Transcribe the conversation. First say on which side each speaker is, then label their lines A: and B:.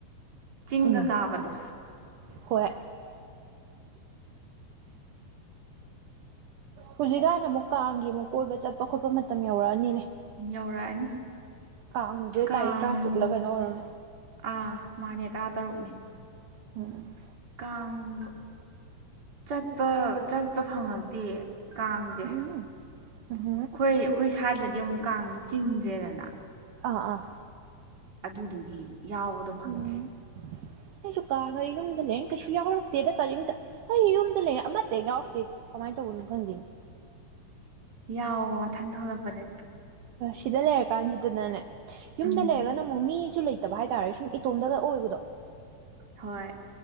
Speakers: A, on the right (about 30°); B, on the right (about 70°).
A: ꯆꯤꯡꯒ
B: ꯎꯝ
A: ꯀꯥꯕꯗꯣ꯫
B: ꯍꯣꯏ꯫ ꯍꯧꯖꯤꯛꯀꯥꯟꯅ ꯑꯃꯨꯛ ꯀꯥꯡꯒꯤ ꯑꯃꯨꯛ ꯀꯣꯏꯕ ꯆꯠꯄ ꯈꯣꯠꯄ ꯃꯇꯝ ꯌꯧꯔꯛꯑꯅꯤꯅꯦ꯫
A: ꯌꯧꯔꯛꯑꯅꯤ
B: ꯀꯥꯡꯁꯦ
A: ꯀꯥꯡ
B: ꯇꯥꯔꯤꯛ ꯇꯔꯥꯇꯔꯨꯛ ꯂ ꯀꯩꯅꯣ ꯑꯣꯏꯔꯝꯅꯤ꯫
A: ꯑꯥ ꯃꯥꯅꯦ ꯇꯔꯥ ꯇꯔꯨꯛꯅꯦ꯫
B: ꯎꯝ
A: ꯀꯥꯡꯗꯣ ꯆꯠꯄ ꯆꯠꯄ ꯐꯪꯉꯛꯇꯦ꯫ ꯀꯥꯡꯁꯦ
B: ꯎꯝ
A: ꯑꯩꯈꯣꯏ
B: ꯎꯝ
A: ꯑꯩꯈꯣꯏ ꯁꯥꯏꯗꯗꯤ ꯑꯃꯨꯛ ꯀꯥꯡꯗꯣ ꯆꯤꯡꯗ꯭ꯔꯦꯗꯅ꯫
B: ꯑꯥ ꯑꯥ
A: ꯑꯗꯨꯗꯨꯒꯤ ꯌꯥꯎꯕꯗ ꯐꯪꯗꯦ꯫
B: ꯎꯝ ꯑꯩꯁꯨ ꯀꯥꯟꯉꯦ ꯌꯨꯝꯗ ꯂꯩꯔꯦꯅ ꯀꯩꯁꯨ ꯌꯥꯎꯔꯛꯇꯦꯗ ꯀꯔꯤꯝꯇ꯫ ꯑꯩ ꯌꯨꯝꯗ ꯂꯩꯔ ꯑꯃꯠꯇ ꯌꯥꯎꯔꯛꯇꯦ ꯀꯃꯥꯏꯅ ꯇꯧꯕꯅꯣ ꯈꯪꯗꯦꯅꯦ꯫
A: ꯌꯥꯎꯋꯣ ꯃꯊꯪ ꯊꯣꯛꯂꯛꯄꯗꯗꯤ꯫
B: ꯁꯤꯗ ꯂꯩꯔꯀꯥꯟꯁꯤꯗꯅꯅꯦ,
A: ꯎꯝ
B: ꯌꯨꯝꯗ ꯂꯩꯔꯒꯅ ꯑꯃꯨꯛ ꯃꯤꯁꯨ ꯂꯩꯇꯕ ꯍꯥꯏꯇꯥꯔꯦ ꯁꯨꯝ ꯏꯇꯣꯝꯗꯒ ꯑꯣꯏꯕꯗꯣ꯫
A: ꯍꯣꯏ